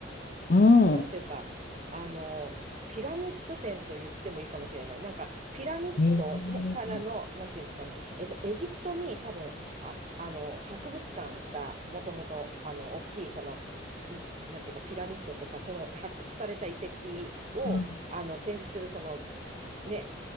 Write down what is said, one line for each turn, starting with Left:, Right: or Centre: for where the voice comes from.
Left: ん。おう。
Right: なんというか、あの、ピラミッド展と言ってもいいかもしれない。なんか、ピラミッドのからの、
Left: へえ。
Right: なんていうんですかね、えっと、エジプトに多分、は、あの、博物館がもともと、あの、大きい、その、んなんていうか、ピラミッドとか、その発掘された遺跡を、
Left: うん。
Right: あの、展示する、その、ね、